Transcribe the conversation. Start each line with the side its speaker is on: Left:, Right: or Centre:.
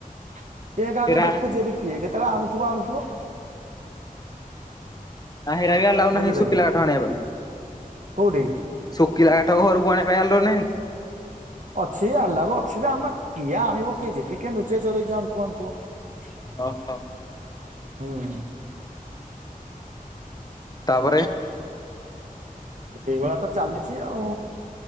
Right: କିଏ କାହାକୁ
Left: ହେରା
Right: ଦେଖୁଚି ଯଦି କିଏ କେତେବେଳେ ଆଣୁଥିବ ଆଣୁଥିବ।
Left: ନାଁ ହେରା ବି ଆଲାଉ
Right: ବୁଝିଲ
Left: ନାହିଁ ଶୁଖିଲା
Right: କି
Left: କାଠ ଆଣିବା ପାଇଁ।
Right: କୋଉଠି,
Left: ଶୁଖିଲା କାଠ ଘରକୁ ଆଣିବା ପାଇଁ ଆଲାଉ ନାହିଁ?
Right: ଅଛି ଆଲାଉ ଅଛି ଯେ ଆମେ କିଏ ଆଣିବ କି ଯେଦି କିଏ ଲୁଚେଇ ଚୋରେଇକି ଆଣୁଥିବ ଆଣୁଥିବ। <inaudible>
Left: ଓହୋ।
Right: ହୁଁ ଉଁ
Left: ତାପରେ
Right: ଏଇଭଳିଆ ତ ଚାଲିଛି ଆଉ